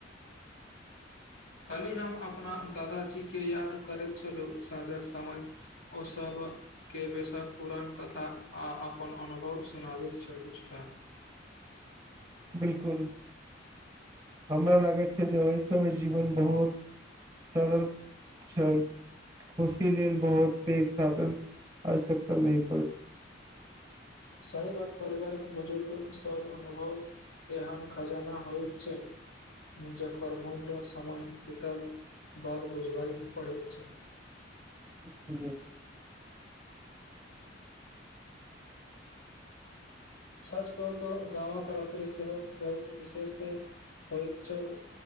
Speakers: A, on the left (about 65°); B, on the right (about 20°).
A: कालहि हम अपना दादा जी के याद करैत छलहुँ साँझक समय ओसभ के बेसाक पुरान कथा आ अपन अनुभव सुनाबैत छल छैला
B: बिलकुल हमरा लागैत छै जे ओहि समय जीवन बहुत सरल छल खुशी लेल बहुत पैघ साधन आवश्यकता नइ <inaudible>
A: सही बात परिवारिक बुजुर्ग सब अनुभव एहन खजाना होइत छैक जकर मूल्य समय बितल बाद बुझबइ पड़े छै
B: जी
A: सच कहू तऽ गाँव क राति सेहो बहुत विशेष छै होइत छल